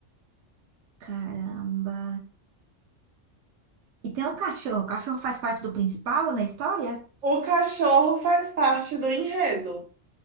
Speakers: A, on the right (about 65°); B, on the right (about 85°).
A: Caramba. E tem um cachorro. O cachorro faz parte do principal na história?
B: O cachorro faz parte do enredo.